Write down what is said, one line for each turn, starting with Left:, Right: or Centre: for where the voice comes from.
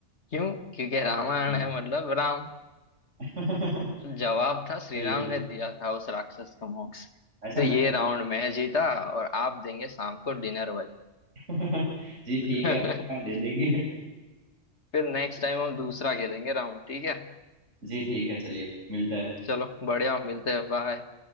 Left: क्यों क्योंकि
Right: हाँ,
Left: रामायण
Right: हाँ।
Left: है मतलब राम
Right: <laughs> सही
Left: जवाब था श्री
Right: है।
Left: राम ने दिया था उस राक्षस का मोक्ष
Right: अच्छा
Left: तो
Right: मैं
Left: ये राउंड मैं जीता और आप देंगे शाम को डिनर
Right: <laughs> जी ठीक
Left: वाली
Right: है पक्का दे
Left: <laughs>
Right: देंगे
Left: फिर नेक्स्ट टाइम हम दूसरा खेलेंगे राउंड ठीक है
Right: <laughs> जी ठीक है चलिए मिलता है
Left: चलो बढ़िया मिलते हैं बाय